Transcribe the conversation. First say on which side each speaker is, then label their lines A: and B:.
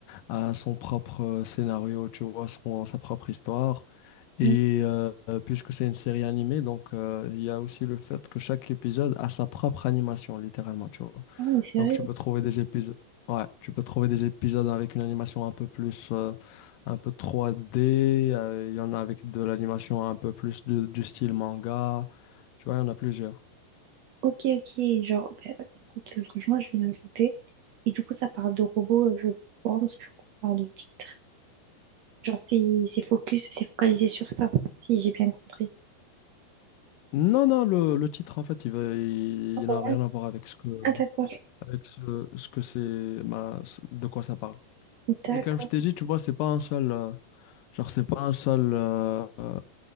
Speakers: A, on the left; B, on the right.
A: à son propre euh, scénario, tu vois, son, sa propre histoire. Et
B: Non,
A: euh, euh, puisque c'est une série animée, donc euh, il y a aussi le fait que chaque épisode a sa propre animation, littéralement, tu vois.
B: non, mais sérieux.
A: Donc tu peux trouver des épisodes, ouais, tu peux trouver des épisodes avec une animation un peu plus, euh, un peu 3D. euh, Il y en a avec de l'animation un peu plus de- du style manga. Tu vois, il y en a plusieurs.
B: Ok, ok, genre, bah, écoute, franchement, je vais l'ajouter. Et du coup, ça parle de robots, euh, je pense, du coup, par le titre. Genre, c'est c'est focus, c'est focalisé sur ça, si j'ai bien compris.
A: Non, non, le, le titre, en fait, il veut, il,
B: Ah,
A: il
B: c'est
A: n'a
B: vrai
A: rien à voir avec ce que,
B: Ah, d'accord.
A: avec ce, ce que c'est, ma- ce- de quoi ça parle.
B: D'accord.
A: Et comme je t'ai dit, tu vois, c'est pas un seul, euh, genre, c'est pas un seul, euh, euh,